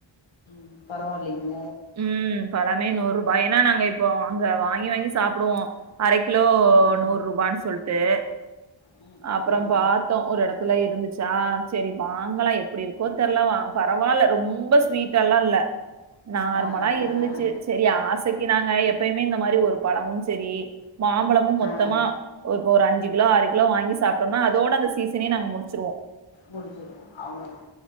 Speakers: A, on the left; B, on the right.
A: ம் பரவால்லைங்க
B: ம் பழமே நூறு ரூபா ஏன்னா நாங்க இப்போ அங்க வாங்கி வாங்கி சாப்புடுவோ அரை கிலோ
A: ம் ம்
B: நூர் ரூபான் சொல்லிட்டு
A: ம் ம்
B: அப்றோ பாத்தோ
A: ம்
B: ஒரு எடத்துல இருந்துச்சா செரி வாங்கலா எப்டி இருக்கோ தெர்ல பரவால்ல ரொம்ப ஸ்வீட்டாலா இல்ல நார்மலா
A: ஆ ஆ
B: இருந்துச்சி
A: ஆ ஆ ஆ
B: செரி ஆசைக்கு நாங்க
A: ஆ
B: எப்பயுமே இந்த மாரி ஒரு பழமும் செரி மாம்பழமும் மொத்தமா
A: ஆ ஆ
B: இப்போ ஒரு அஞ்சு கிலோ ஆறு கிலோ வாங்கி சாப்டோம்னா அதோட அந்த சீசனே நாங்க முடிச்சிருவோ
A: முடிச்சிருவோ அவ்ளோதா